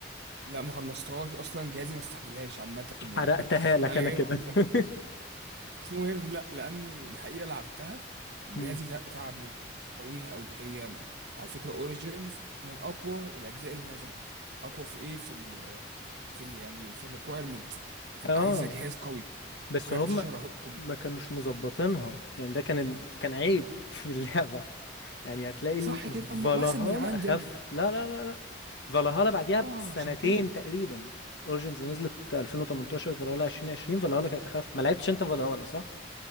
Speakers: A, on the right (about 65°); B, on the left (about 70°).
A: لا ما خلصتهاش اصلا جهازي ما استحملهاش عامه يعني
B: حرقتها
A: <laughs>
B: لك
A: انا
B: أنا
A: جاي
B: كده
A: بقول
B: <laughs>
A: مش مهم لا لان الحقيقه لعبتها وجهازي
B: مم.
A: تع- تعب منها قوية قوي هي على فكره اوريجينز من اقوى الاجزاء اللي نزلت اقوى في ايه في ال في ال يعني في الريكويرمنت بتبقى
B: اه
A: عايزه جهاز قوي
B: بس
A: وكارت
B: هم
A: شاشه رهيب
B: ما كانوش مظبطينها يعني ده كان كان عيب <laughs> في اللعبة يعني هتلاقي ال-
A: صح كده أما
B: فالهالا
A: بحسب من عندي
B: اخف
A: انا
B: لا لا لا لا فالهالا بعديها
A: اه
B: بسنتين
A: عشان كده
B: تقريبا اورجنز نزلت 2018 فالهالا 2020 فالهالا كانت اخف ما لعبتش انت فالهالا صح؟